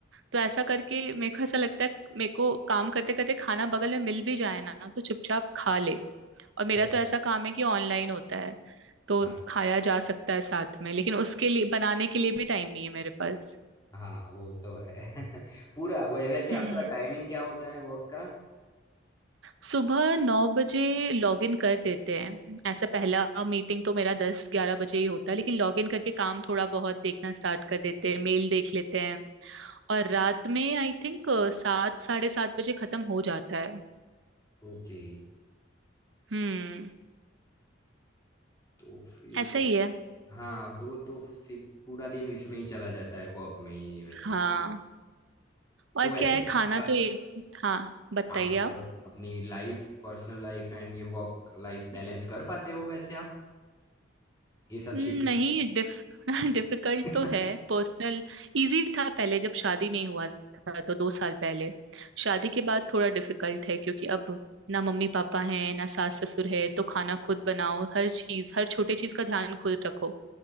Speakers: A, on the right (about 75°); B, on the left (about 20°).
A: तो ऐसा करके मेरे को ऐसा लगता है मेरे को काम करते करते खाना बगल में मिल भी जाए ना तो चुपचाप खा ले और मेरा
B: सही
A: तो ऐसा काम है कि ऑनलाइन होता है तो
B: हाँ
A: खाया जा सकता है साथ में लेकिन उसके लिए बनाने के लिए भी टाइम नहीं है मेरे पास
B: हाँ वो तो है <laughs> पूरा वो वैसे
A: हम्म
B: आपका टाइमिंग क्या होता है वर्क का
A: सुबह नौ बजे लॉग इन कर देते हैं ऐसा पहला मीटिंग तो मेरा दस ग्यारह बजे ही होता है लेकिन लॉग इन करके काम थोड़ा बहुत देखना स्टार्ट कर देते हैं मेल देख लेते हैं और रात में आई थिंक सात साढ़े सात बजे खत्म हो जाता है
B: ओके
A: हम्म
B: तो फिर
A: ऐसा
B: तो
A: ही है
B: हाँ तो तो फिर पूरा दिन इसमें ही चला जाता है वर्क में ही वैसे
A: हाँ और
B: तो वैसे
A: क्या है खाना
B: आप,
A: तो एक हाँ बताइए
B: आप
A: आप
B: अपनी लाइफ पर्सनल लाइफ एंड ये वर्क लाइफ बैलेंस कर पाते हो वैसे आप ये सब
A: हम्म,
B: शेड्यूल
A: नहीं डिफ <laughs> डिफिकल्ट
B: में
A: तो है पर्सनल इजी था पहले जब शादी नहीं हुआ था तो दो साल पहले शादी के बाद थोड़ा डिफिकल्ट है क्योंकि अब ना मम्मी पापा हैं ना सास ससुर है तो खाना खुद बनाओ हर चीज हर छोटे चीज का ध्यान खुद रखो